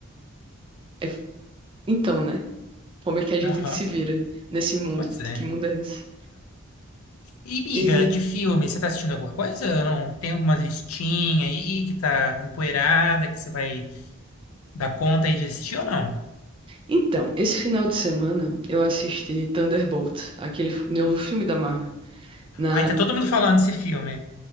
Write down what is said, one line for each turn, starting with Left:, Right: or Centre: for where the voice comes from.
Right: Aí f- então, né? Como é que a gente
Left: Aham,
Right: se vira nesse mundo?
Left: pois é.
Right: Que que mundo é esse?
Left: E, miga,
Right: E,
Left: de filme, você tá assistindo alguma coisa ou não? Tem alguma listinha aí que tá empoeirada que você vai dar conta aí de assistir ou não?
Right: então, esse final de semana eu assisti Thunderbolt, aquele f- novo filme da Marvel, na,
Left: Ai, tá todo mundo falando desse filme.